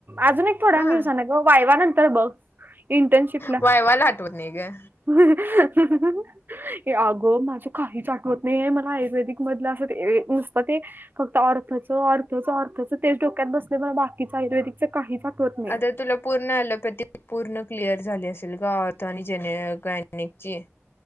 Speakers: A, on the right (about 45°); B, on the left (about 50°).
A: अजून एक थोड्या
B: हा
A: दिवसाने ग वायवानंतर बघ. इंटर्नशिपला.
B: वायवाला आठवत नाही ग.
A: <unintelligible> अगो माझ काहीच आठ- वत नाहीये मला, आयुर्वेदिक मधलं असं नुसत- ते फक्त आँर्थोच, आँर्थोच, आँर्थोच, तेच डोक्यात बसले बाकीच आयुर्वेदिक- काहीच आठवत नाही.
B: आता तुला पूर्ण आँलोपॅथी पूर्ण क्लिअर झाली असेल ग, आँर्थो आणि जेने गायनेकची.